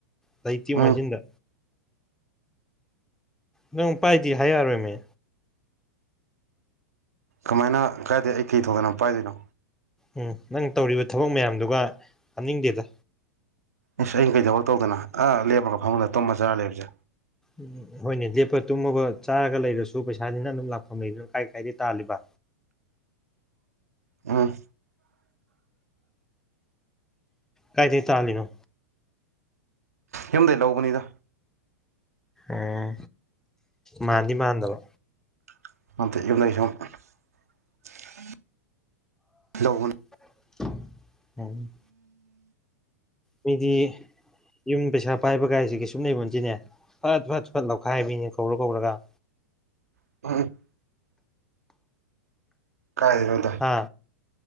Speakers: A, in the centre; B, on the right.
A: ꯂꯩꯇꯦ ꯃꯨꯛ
B: ꯎꯝ
A: ꯍꯥꯏꯖꯤꯟꯗ ꯅꯪ ꯄꯥꯏꯗꯦ ꯍꯥꯏ ꯌꯥꯔꯣꯏꯃꯦ
B: ꯀꯃꯥꯏꯅ ꯀꯥꯏꯗꯩ ꯑꯩ ꯀꯩ ꯊꯣꯛꯇꯅ ꯄꯥꯏꯗꯨꯏꯅꯣ
A: ꯎꯝ ꯅꯪ ꯇꯧꯔꯤꯕ ꯊꯕꯛ ꯃꯌꯥꯝꯗꯨꯒ ꯇꯥꯅꯤꯡꯗꯦꯗ
B: ꯏꯁ ꯑꯩꯅ ꯀꯩ ꯊꯕꯛ ꯇꯧꯗꯅ ꯑꯥ ꯂꯦꯞꯄꯒ ꯐꯝꯃꯗ ꯇꯨꯝꯃꯒ ꯆꯥꯔ ꯂꯩꯕꯖꯦ
A: ꯎꯝ ꯍꯣꯏꯅꯦ ꯂꯦꯞꯄ ꯇꯨꯝꯃꯒ ꯆꯥꯔꯒ ꯂꯩꯔꯁꯨ ꯄꯩꯁꯥꯗꯤ ꯅꯪ ꯑꯗꯨꯝ ꯂꯥꯛꯐꯝ ꯂꯩꯗꯨꯅ ꯀꯥꯏ ꯀꯥꯏꯗꯩꯩ ꯇꯥꯜꯂꯤꯕ
B: ꯎꯝ
A: ꯀꯥꯏꯗꯩꯩ ꯇꯥꯜꯂꯤꯅꯣ
B: ꯌꯨꯝꯗꯩ ꯂꯧꯕꯅꯤꯗ
A: ꯑꯦ ꯃꯥꯟꯗꯤ ꯃꯥꯟꯗꯕ
B: <unintelligible>
A: <unintelligible> ꯃꯤꯗꯤ ꯌꯨꯝ ꯄꯩꯁꯥ ꯄꯥꯏꯕꯒꯥꯏꯁꯤ ꯀꯩꯁꯨꯝ ꯂꯩꯩꯕꯣꯟꯇꯦꯅꯦ ꯐꯠ ꯐꯠ ꯐꯠ ꯂꯧꯈꯥꯏꯕꯤꯅꯦ ꯀꯧꯔ ꯀꯧꯔꯒ
B: <unintelligible> ꯀꯥꯏꯗꯩꯅꯣꯗ
A: ꯍꯥ